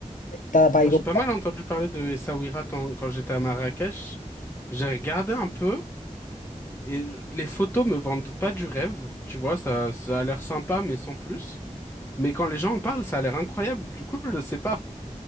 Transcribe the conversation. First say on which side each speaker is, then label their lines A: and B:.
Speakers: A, on the left; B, on the left.
A: Tu as, par
B: Moi,
A: exemple.
B: j'ai pas mal entendu parler de Essaouira tant- quand j'étais à Marrakech. J'ai regardé un peu, et les photos me vendent pas du rêve. Tu vois, ça, ça a l'air sympa, mais sans plus. Mais quand les gens en parlent, ça a l'air incroyable. Du coup, je sais pas.